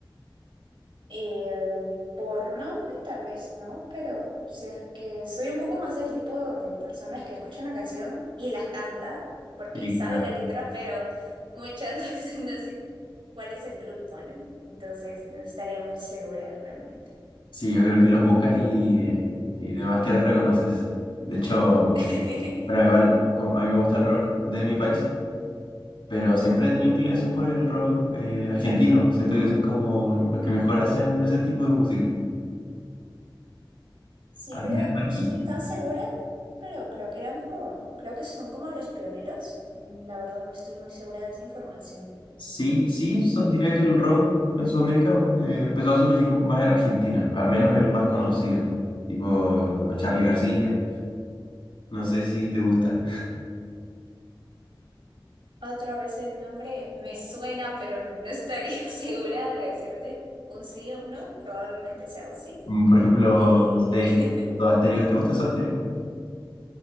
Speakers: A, on the right; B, on the left.
A: Eh, por nombre tal vez no, pero si es que soy un poco más del tipo de personas que escucha una canción y las canta porque
B: Sí,
A: sabe
B: claro.
A: la letra, pero muchas <laughs> veces no sé cuál es el grupo, ¿no? Entonces no estaría muy segura realmente.
B: Sí, yo creo que los buscas y, eh, y demás que los reconoces. De hecho,
A: <laughs>
B: bueno, igual como a mí me gusta el rock de mi país, pero siempre he tenido inclinación por el rock eh, argentino. Siento que son como los que mejor hacen ese tipo de música.
A: Sí,
B: Al
A: creo,
B: menos
A: no
B: aquí.
A: estoy tan segura, pero creo que eran como, creo que son como los pioneros. Mm, La verdad no estoy muy segura de esa información.
B: Sí, sí, son, diría que el rock en Sudamérica eh, empezó a surgir más en Argentina, al menos el más conocido, tipo con Charly García, no sé si te gusta.
A: Otra vez el nombre me suena, pero no estaría <laughs> segura de decirte un sí o un no. Probablemente sea un sí.
B: Mm, Por ejemplo,
A: Y
B: este,
A: <laughs>
B: Soda Stereo, ¿te gusta Soda Stereo?